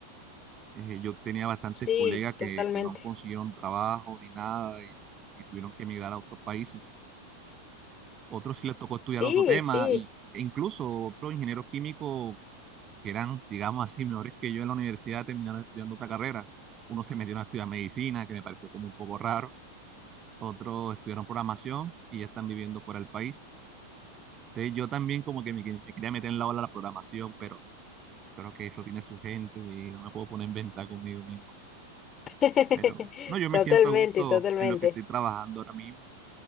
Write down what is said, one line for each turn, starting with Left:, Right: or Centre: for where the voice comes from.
Right: Eh, yo tenía bastantes
Left: Sí,
Right: colegas
Left: totalmente.
Right: que, que no consiguieron trabajo ni nada y, y tuvieron que emigrar a otros países. Otros sí les tocó estudiar
Left: Sí,
Right: otro tema
Left: sí.
Right: y, e incluso otros ingenieros químicos que eran, digamos así, mejores que yo en la universidad, terminaron estudiando otra carrera. Unos se metieron a estudiar medicina, que me pareció como un poco raro. Otros estudiaron programación y ya están viviendo fuera del país. Entonces yo también como que me, me quería meter en la ola de la programación, pero creo que eso tiene su gente y no me puedo poner en venta conmigo mismo.
Left: <laughs>
Right: Pero bueno, no, yo me
Left: Totalmente,
Right: siento a gusto
Left: totalmente.
Right: en lo que estoy trabajando ahora mismo.